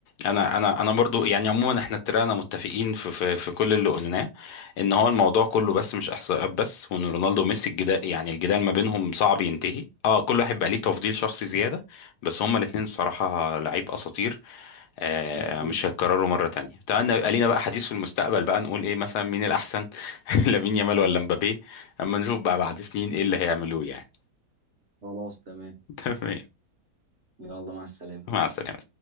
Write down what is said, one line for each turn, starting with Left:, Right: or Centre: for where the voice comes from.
Left: انا انا انا برضو يعني عموما احنا اتفقنا متفقين في, في في كل اللي قلناه ان هو الموضوع كله بس مش احصائيات بس وان رونالدو وميسي الجدال يعني الجدال ما بينهم صعب ينتهي اه كل واحد بقى ليه تفضيل شخصي زيادة بس هما الاتنين الصراحة لعيب اساطير آه،
Right: ده اكيد
Left: مش هيتكرروا مرة تانية اتمنى يبقى لينا بقى حديث في المستقبل بقى نقول ايه مثلا مين الأحسن <laughs> لامين يامال ولا مبابي اما نشوف بقى بعد سنين ايه اللي هيعملوه يعني
Right: خلاص تمام
Left: <laughs> تمام
Right: يلا مع السلامه
Left: مع السلامة